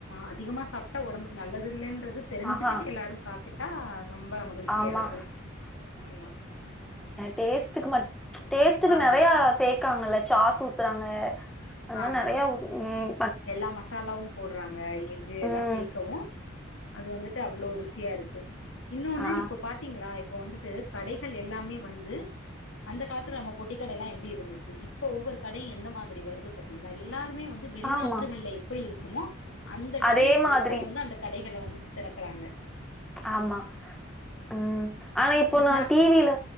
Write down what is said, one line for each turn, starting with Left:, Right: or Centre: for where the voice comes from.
Left: அதிகமா சாப்டா உடம்புக்கு நல்லது இல்லேன்றது அது தெரிஞ்சுக்கிட்டு
Centre: ஆஹா
Left: எல்லாரும் சாப்புட்டா ரொம்ப மகிழ்ச்சியா
Centre: ஆமா
Left: இருக்கும் ஆமா
Centre: டேஸ்ட்டுக்குமட் டேஸ்ட்டுக்கு
Left: ஆமா
Centre: நெறையா சே <unintelligible> ஜாஸ் ஊத்துறாங்க அந்த மாரி
Left: ஆமா
Centre: நெறைய உம்
Left: எல்லா மசாலாவும் போட்றாங்க எக்கு எல்லா
Centre: ம்
Left: சேக்கவும் அது வந்துட்டு அவ்ளோ ருசியா இருக்கு இன்னொன்னு
Centre: ஆ
Left: இப்ப பாத்தீங்களா இப்ப வந்துட்டு கடைகள் எல்லாமே வந்து அந்த காலத்துல நம்ம பொட்டி கடையெல்லாம் எப்டி இருந்துச்சு இப்ப ஒவ்வொரு கடையு எந்த மாதிரி வருது பாத்தீங்களா எல்லாருமே வந் வெளிநாடுகள்ல
Centre: ஆமா
Left: எப்படி இருக் கொமா அந்த லெவல்க்கு
Centre: அதே மாதிரி
Left: இப்ப வந்து அந்த கடைகள வந்துட்டு திறக் க்கறாங்க
Centre: ஆமா உம் ஆனா இப்போ
Left: இப்ப ஸ்நா
Centre: நா டிவில